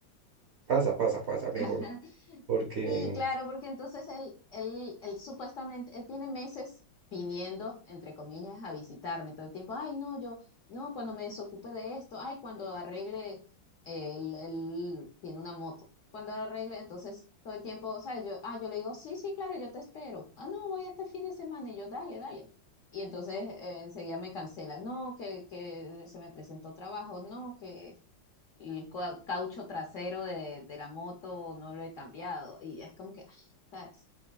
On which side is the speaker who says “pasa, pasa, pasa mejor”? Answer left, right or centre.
Right